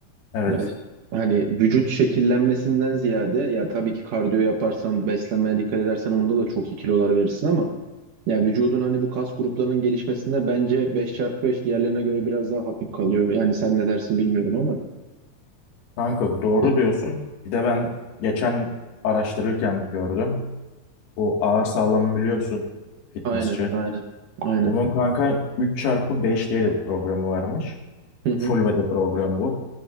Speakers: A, on the left; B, on the right.
A: evet.
B: Yani hani vücut şekillenmesinden ziyade ya tabii ki kardiyo yaparsan, beslenmeye dikkat edersen onda da çok iyi kilolar verirsin ama ya vücudun hani bu kas gruplarının gelişmesinde bence 5x5 diğerlerine göre biraz daha hafif kalıyor. Yani sen ne dersin bilmiyorum ama.
A: Kanka doğru
B: <laughs>
A: diyorsun. Bir de ben geçen araştırırken gördüm. Bu ağır sağlam biliyorsun fitnessçi.
B: Aynen, aynen, aynen.
A: Bunun kanka 3 çarpı 5 diye de bir programı varmış.
B: Hı hı,
A: Full body program bu.